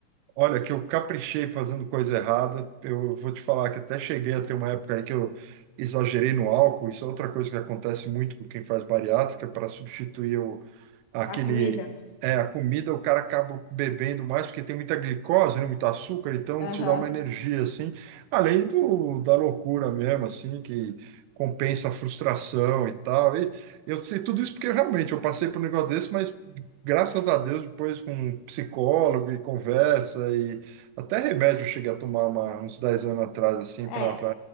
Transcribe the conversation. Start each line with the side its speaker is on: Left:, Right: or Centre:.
Right: Olha, que eu caprichei fazendo coisa errada. Eu vou te falar que até cheguei a ter uma época aí que eu exagerei no álcool. Isso é outra coisa que acontece muito com quem faz bariátrica, para substituir o, aquele,
Left: a comida?
Right: é, a comida, o cara acaba bebendo mais, porque tem muita glicose, né, muito açúcar, então
Left: Aham.
Right: te dá uma energia, assim, além do, da loucura mesmo, assim, que compensa a frustração e tal. E eu sei tudo isso porque realmente eu passei por um negócio desse, mas graças a Deus, depois com um psicólogo e conversa e até remédio eu cheguei a tomar uma- uns 10 anos atrás, assim,
Left: É,
Right: para